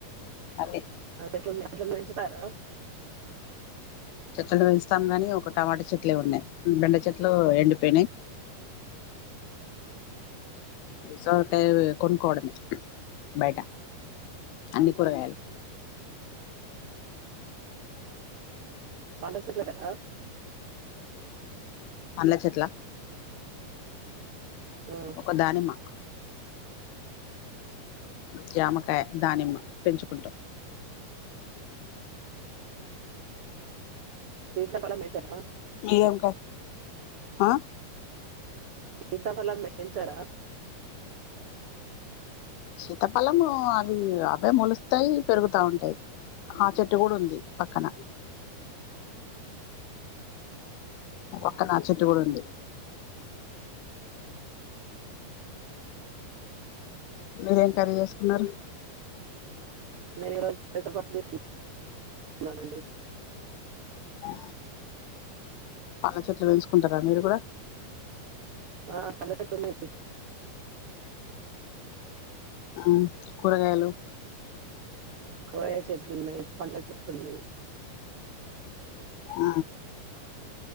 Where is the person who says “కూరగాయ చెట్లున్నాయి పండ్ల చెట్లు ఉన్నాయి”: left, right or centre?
Right